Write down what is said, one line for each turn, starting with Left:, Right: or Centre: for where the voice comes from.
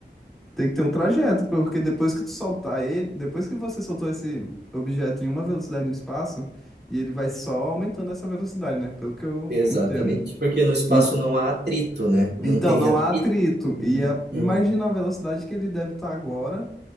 Centre: tem que ter um trajeto, porque depois que tu soltar ele, depois que você soltou esse objeto em uma velocidade no espaço, e ele vai só aumentando essa velocidade, né? Pelo que eu
Right: exatamente.
Centre: entendo.
Right: Porque no espaço
Centre: E-
Right: não há atrito, né? Não
Centre: então,
Right: tem
Centre: não
Right: atrito.
Centre: há atrito.
Right: Uhum,
Centre: E a-
Right: uhum,
Centre: imagina a velocidade que ele deve estar agora,